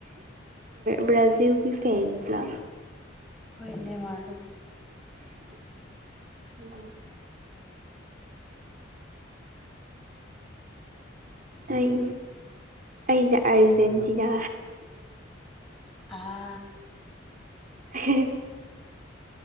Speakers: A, on the right; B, in the centre.
A: ꯕ꯭ꯔꯖꯤꯒꯤ ꯐꯥꯟꯗ ꯂꯤ
B: ꯍꯣꯏ ꯅꯦꯃꯔ ꯗꯣ
A: ꯎꯝ ꯑꯩ ꯑꯩꯅ ꯑꯔꯖꯦꯟꯇꯤꯅꯥ
B: ꯑ
A: ꯍꯤ